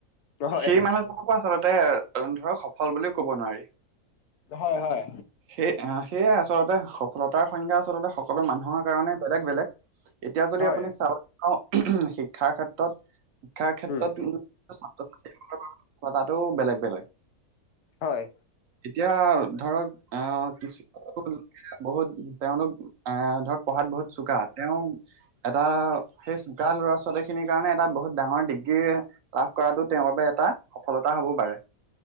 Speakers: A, on the left (about 80°); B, on the right (about 65°).
A: হয়
B: সেই মানুহজনকো আচলতে তে, তহঁনতক সফল বুলিও ক'ব নোৱাৰি।
A: হয় হয়।
B: সেই সেয়াই আচলতে, সফলতাৰ সংজ্ঞা আচলতে সকলো মানুহৰ কাৰণে বেলেগ বেলেগ। এতিয়া যদি
A: হয়
B: আপুনি চাব পাওঁ, শিক্ষাৰ ক্ষেত্ৰত, শিক্ষাৰ ক্ষেত্ৰত
A: উম
B: <inaudible> কথাটোও বেলেগ বেলেগ।
A: হয়।
B: এতিয়া ধৰক আ কিছু বহুত তেওঁলোক আ ধৰক পঢ়াত বহুত চোকা তেওঁ এটা সেই চোকা ল'ৰা ছোৱালীক সেইখিনিৰ কাৰণে এটা বহুত ডাঙৰ ডিগ্ৰী লাভ কৰাটো তেওঁৰ বাবে এটা সফলতা হব পাৰে।